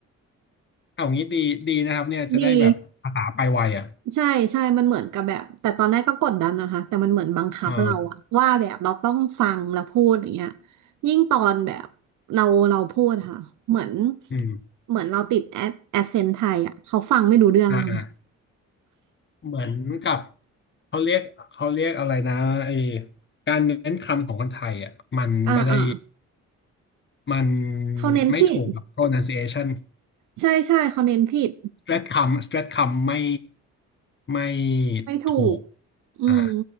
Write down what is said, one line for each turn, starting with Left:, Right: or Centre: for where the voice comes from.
Left: เอางี้ดีดีนะครับเนี่ยจะได้แบบภาษาไปไวอ่ะ
Right: ดี ใช่ใช่มันเหมือนกับแบบ แต่ตอนแรกก็กดดันนะคะแต่มันเหมือนบังคับเราอะว่าแบบเราต้องฟังแล้วพูดอย่างเงี้ย
Left: อ่า
Right: ยิ่งตอนแบบเราเราพูดอะค่ะเหมือน
Left: อืม
Right: เหมือนเราติดแอดแอเซนไทยอะเขาฟังไม่รู้เรื่องอะค่ะ
Left: อ่าอ่าเหมือนกับเขาเรียกเขาเรียกอะไรนะไอการเน้นคำของคนไทยอ่ะมันไม่ได้
Right: อ่าอ่า
Left: มัน
Right: เขาเน้นผิด
Left: ไม่ถูกกับ pronunciation
Right: ใช่ใช่เขาเน้นผิด
Left: สเตรทคำสเตรทคำไม่ไม่
Right: ไม่ถูก
Left: ถูก
Right: อืม
Left: อ่า